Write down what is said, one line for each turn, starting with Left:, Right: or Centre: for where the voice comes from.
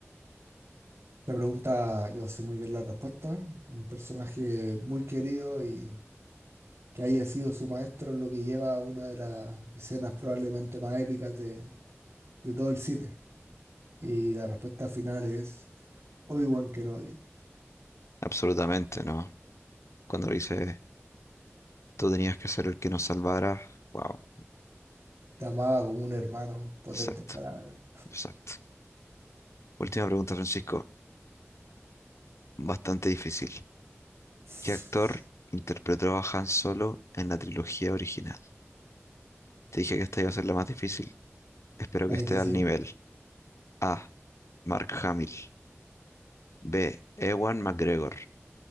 Right: Esta pregunta, yo sé muy bien la respuesta, un personaje muy querido y que haya sido su maestro lo que lleva a una de las escenas probablemente más épicas de, de todo el cine. Y la respuesta final es Obi-Wan Kenobi.
Left: Absolutamente, ¿no? Cuando lo hice. Tú tenías que ser el que nos salvara. Wow,
Right: Te amaba como un hermano, potentes
Left: exacto,
Right: palabras.
Left: exacto. Última pregunta, Francisco. Bastante difícil.
Right: Está
Left: ¿Qué actor interpretó a Han Solo en la trilogía original? Te dije que esta iba a ser la más difícil. Espero
Right: difícil.
Left: que esté al nivel. A. Mark Hamill. B. Ewan McGregor.